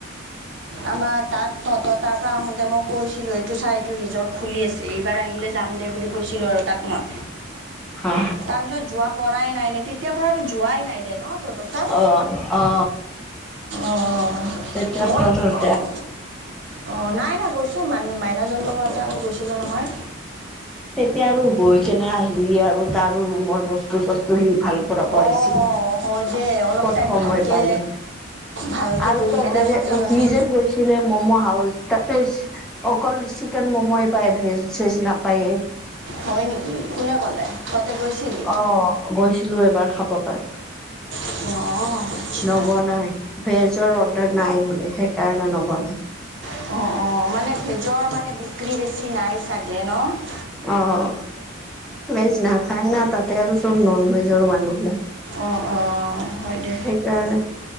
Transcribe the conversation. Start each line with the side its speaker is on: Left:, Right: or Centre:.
Right: আমাৰ তাক তহঁতৰ তাৰ পৰা আহোঁতে মই কৈছিলোঁ, এইটো চা এইটো ৰিজৰ্ট খুলি আছে, এইবাৰ আহিলে যাম দে বুলি কৈছিলোঁ আৰু তাক মই।
Centre: অ
Right: তাৰপিছত যোৱা পৰাই নাই নে, তেতিয়াৰ পৰা আৰু যোৱাই নাই দে ন' তহঁতৰ তাত।
Centre: অ অ
Right: অ'।
Centre: তেতিয়াৰপৰা
Right: মই অ', অ', নাই, নাই গৈছোঁ মান-মাইনা জন্ম পাওঁঁতে আকৌ গৈছিলোঁ নহয়।
Centre: তেতিয়া আৰু গৈ কেনে আহিলি আৰু, তাৰো ৰুমৰ বস্তু চস্তু সি ভাল <unintelligible>
Right: অ'
Centre: আহিছিল
Right: হয় দে অলপ
Centre: ক'ত
Right: টাইম
Centre: সময়
Right: ভালকে
Centre: পালি?
Right: ভালকে
Centre: আৰু
Right: বহি
Centre: তহঁতে
Right: কেনে
Centre: যে,
Right: কথা
Centre: এ
Right: পাতিম।
Centre: সি যে কৈছিলে ম'ম' হাউচ, তাতে অকল চিকেন ম'ম' পায়, ভেজ-ছেজ নাপায় এ।
Right: হয় নেকি, কোনে ক'লে তহঁতে গৈছিলি?
Centre: অ', গৈছিলো এবাৰ খাব কাৰণে।
Right: অ'। আচ্ছা
Centre: নবনাই, ভেজৰ অৰ্ডাৰ নাই বোলে সেইকাৰণে নবনাই।
Right: অ', অ', মানে ভেজৰ মানে বিক্ৰী বেছি নাই চাগে নহ?
Centre: অ', ভেজ নাখায় না, তাতে আৰু চব নন ভেজৰ মানুহবিলাক।
Right: অ', অ', হয় দে।
Centre: সেইকাৰণে,